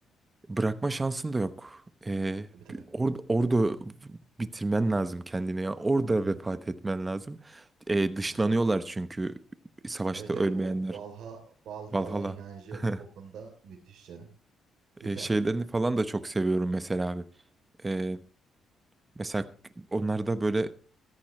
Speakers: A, on the right; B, on the right.
A: bırakma şansın da yok. E,
B: Tabii tabii.
A: orada, orada bitirmen lazım kendini ya orada
B: Hı hı.
A: vefat etmen lazım. E, dışlanıyorlar
B: Yani.
A: çünkü savaşta
B: Evet
A: ölmeyenler.
B: evet o Valha, Valhalla
A: Valhalla.
B: inancı
A: <laughs>
B: o konuda müthiş canım. Güzel.
A: e, şeylerini falan da çok seviyorum mesela abi. E, mesela onlarda böyle